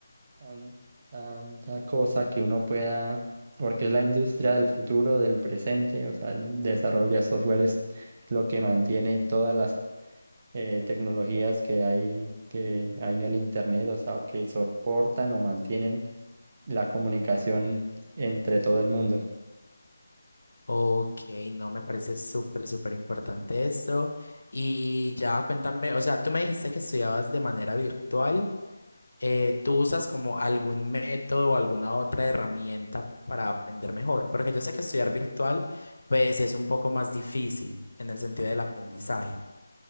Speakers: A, on the right (about 25°); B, on the left (about 60°).
A: tan- tanta cosa que uno pueda, porque es la industria del futuro, del presente, o sea, el desarrollo de software es lo que mantiene todas las eh, tecnologías que hay, que hay en el Internet, o sea, que soportan o mantienen la comunicación entre todo el mundo.
B: Ok, no, me parece súper, súper importante eso. Y ya cuéntame, o sea, tú me dijiste que estudiabas de manera virtual. eh, ¿tú usas como algún método o alguna otra herramienta para aprender mejor? Porque yo sé que estudiar virtual, pues es un poco más difícil en el sentido del aprendizaje.